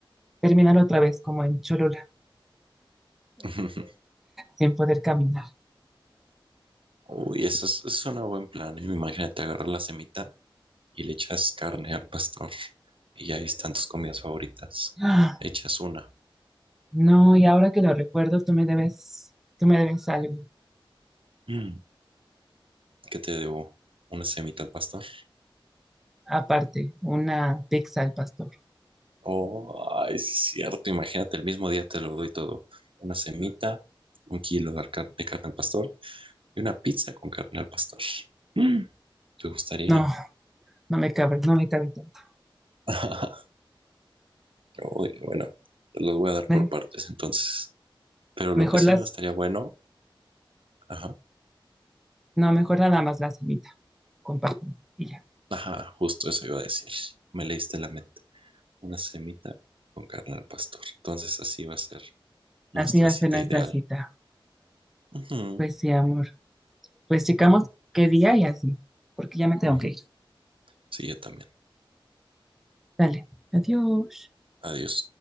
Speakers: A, in the centre; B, on the right.
A: terminar otra vez como en Cholula,
B: <laughs>
A: sin poder caminar.
B: Uy, eso es, es un buen plan. ¿eh? Imagínate agarrar la semita y le echas carne al pastor. Y ahí están tus comidas favoritas.
A: Ah,
B: Echas una.
A: No, y ahora que lo recuerdo, tú me debes, tú me debes algo.
B: Mm. que te debo una semita al pastor.
A: Aparte, una pizza al pastor.
B: Oh, ay, sí es cierto, imagínate, el mismo día te lo doy todo. Una semita, un kilo de, car- de carne al pastor y una pizza con carne al pastor. Mm. ¿Te gustaría?
A: No, no me cabe, no me cabe tanto.
B: <laughs> Uy, bueno, te los voy a dar
A: Me-
B: por partes entonces. Pero
A: mejor
B: lo que sí
A: las,
B: no estaría bueno, ajá,
A: no, mejor nada más la semita con pastor y ya.
B: ajá, justo eso iba a decir. Me leíste la mente. Una semita con carne al pastor. Entonces así va a ser nuestra
A: Así va a
B: cita
A: ser nuestra
B: ideal.
A: cita.
B: Ujú,
A: Pues sí, amor. Pues checamos qué día y así, porque ya me tengo
B: ujú.
A: que ir.
B: Sí, yo también.
A: Dale, adiós.
B: Adiós.